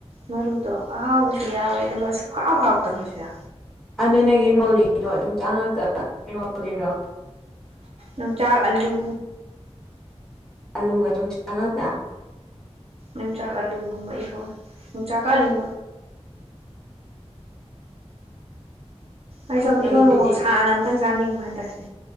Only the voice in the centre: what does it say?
ꯑꯗꯨ ꯅꯪ ꯏꯔꯣꯜꯂꯤꯗꯣ ꯑꯗꯨꯝ ꯆꯉꯛꯇ ꯏꯔꯣꯜꯂꯤꯔꯣ
ꯑꯥꯂꯨ ꯑꯗꯨ ꯑꯗꯨꯝ ꯆꯪꯉꯄ꯭ꯔꯥ
ꯅꯪꯒꯤꯗꯨꯗꯤ